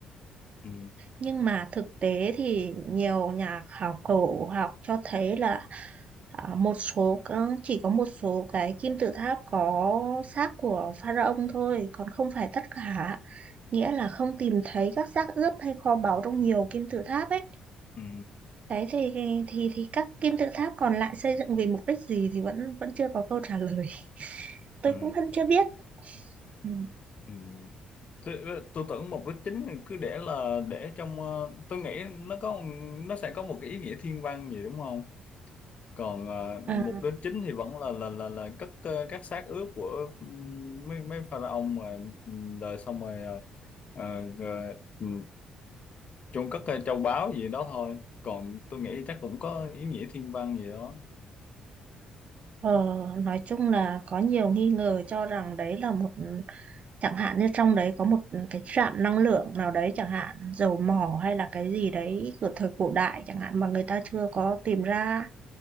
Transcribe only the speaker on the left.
ừ,
ừ,
ừ,
ừ. Tôi, tôi tưởng mục đích chính cứ để là để trong ờ, tôi nghĩ nó có nó sẽ có một cái ý nghĩa thiên văn gì đúng không còn à,
mục đích chính thì vẫn là là là là cất ờ, các xác ướp của ừm, mấy mấy pharaoh mà ừm, rồi xong rồi ờ, ờ, rồi, ừm, chôn cất ờ, châu báu gì đó thôi còn tôi nghĩ chắc cũng có ý nghĩa thiên văn gì đó